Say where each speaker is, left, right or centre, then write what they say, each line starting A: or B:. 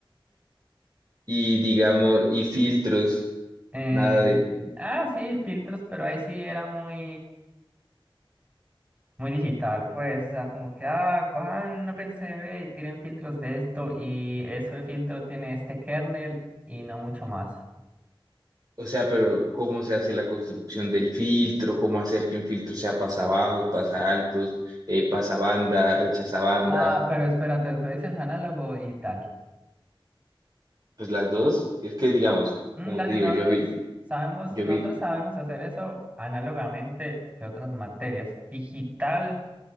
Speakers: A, on the right (about 45°); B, on the right (about 15°).
A: Y digamos, y filtros,
B: Eh,
A: nada de,
B: ah, sí, filtros, pero ahí sí era muy, muy digital, pues. O sea, como que, ah, cojan, no pensé, ve, y tienen filtros de esto. Y eso de filtro tiene este kernel y no mucho más.
A: o sea, pero ¿cómo se hace la construcción del filtro? ¿Cómo hacer que un filtro sea pasa bajos, pasabajos, pasaltos, eh, pasa banda, rechaza banda,
B: Ah, pero espérate, tú dices análogo y tal.
A: Pues las dos, es que digamos,
B: Mm,
A: como
B: Dale,
A: te digo,
B: nosotros
A: yo vi,
B: sabemos,
A: yo
B: nosotros
A: vi,
B: sabemos hacer eso análogamente de otras materias. Digital,